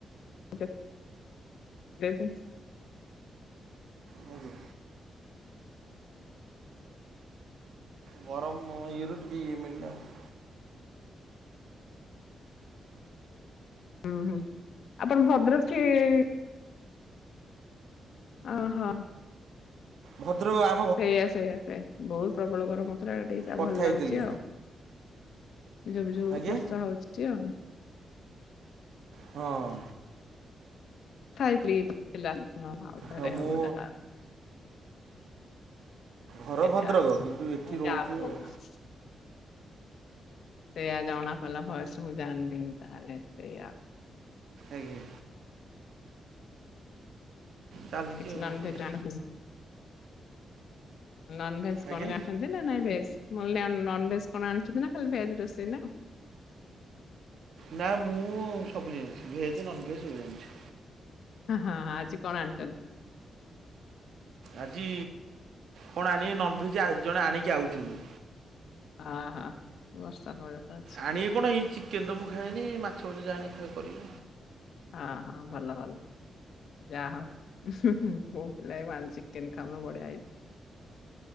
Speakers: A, on the left; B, on the right.
A: ଚ ଲେଇଚ <unintelligible>
B: ଆଜ୍ଞା ଗରମ ଇଏରୁ ଟିକେ ଇଏ ମିଳିଲା ଆଉ।
A: ଊହୁଁ ଆପଣ ଭଦ୍ରକ ସିଏ ଅ ହ।
B: ଭଦ୍ରକ ଆ
A: ସେଇଆ ସେଇଆ ସେଇଆ ବହୁତ ପ୍ରବଳ ଗରମ ହେଉଥିଲା ଏବେ ଟିକେ ଯାହାହେଉ
B: କଥା
A: ଭଲ
B: ହେଇଥିଲେ
A: ଲାଗୁଛି ଆଉ ଏ ଝୁପ୍ ଝୁପ୍
B: ଆଜ୍ଞା
A: ବର୍ଷା ହଉଛି ଆଉ
B: ହଁ
A: ଖାଇଥିଲି <inaudible>
B: ହଁ ମୁଁ ଘର
A: <inaudible>
B: ଭଦ୍ରକ କିନ୍ତୁ ଏଠି ରହୁଛୁ ଆଉ
A: ସେଇୟା ଜଣାପଲା ଭଏସରୁ ଜାଣିନି ତାହେଲେ ସେଇଆ
B: ଆଜ୍ଞା। ଚାଲିଛି
A: କିଛି
B: ଆଉ କଣ
A: ନନଭେଜ
B: କରିବା
A: <inaudible> ନନଭେଜ
B: ଆଜ୍ଞା
A: କଣ ଜାଣିଛନ୍ତି ନା ନାଇଁ ଭେଜ ନନଭେଜ କଣ ଆଣିଛନ୍ତି ନା ଖାଲି ଭେଜ ରୋଷେଇ ନା?
B: ନା ମୁଁ ସବୁ ଜାଣିଛି ଭେଜ୍ ନନଭେଜ୍ ସବୁ ଜାଣିଛି।
A: ହଁ ହଁ ଆଜି କଣ ଆଣିଛନ୍ତି?
B: ଆଜି କଣ ଆଣିବେ ନନଭେଜ୍ ଆଜି ଜଣେ ଆଣିକି ଆଉଛନ୍ତି।
A: ହଁ ହଁ ବର୍ଷା ପାଗତ
B: ଆଣିବେ କଣ ଏଇ ଚିକେନ ତ ମୁଁ ଖାଏନି ମାଛ ଫାଛ ଯାହା ଆଣିକି କରିବି।
A: ଅ ହ ଭଲ ଭଲ। ଯାହାହଉ ପୁଅପିଲା ହେଇକି ଚିକେନ ଖାଉନ ବଢିଆ ହେଇଛି।